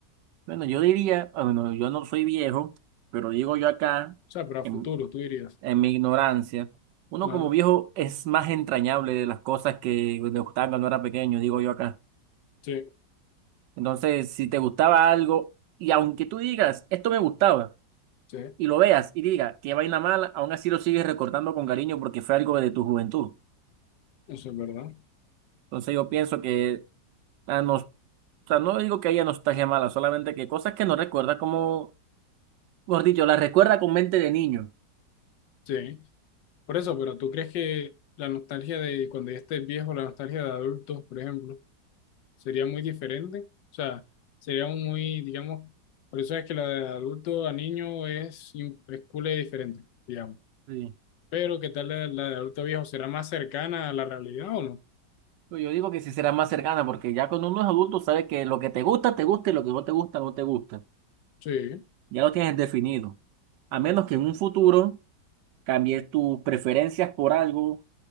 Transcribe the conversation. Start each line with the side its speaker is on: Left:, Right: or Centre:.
Right: bueno, yo diría, ah, bueno, yo no soy viejo, pero digo yo acá,
Left: sea, pero a
Right: en,
Left: futuro, tú dirías.
Right: en mi ignorancia, uno
Left: Ajá,
Right: como viejo es más entrañable de las cosas que le gustaban cuando era pequeño, digo yo acá.
Left: sí,
Right: Entonces, si te gustaba algo, y aunque tú digas, esto me gustaba,
Left: sí,
Right: y lo veas y diga, qué vaina mala, aún así lo sigues recordando con cariño porque fue algo de tu juventud.
Left: eso es verdad.
Right: Entonces yo pienso que la nos, o sea, no digo que haya nostalgia mala, solamente que cosas que no recuerda como, mejor dicho, las recuerda con mente de niño.
Left: Sí, por eso, pero ¿tú crees que la nostalgia de cuando ya estés viejo, la nostalgia de adultos, por ejemplo? sería muy diferente. O sea, sería un muy, digamos, por eso es que la de adulto a niño es, im- es cool y diferente, digamos.
Right: Sí.
Left: Pero ¿qué tal la, la de adulto a viejo? ¿Será más cercana a la realidad o no?
Right: Pues Yo digo que sí será más cercana porque ya cuando uno es adulto sabe que lo que te gusta, te gusta y lo que no te gusta, no te gusta.
Left: Sí,
Right: Ya lo tienes definido. A menos que en un futuro cambies tus preferencias por algo.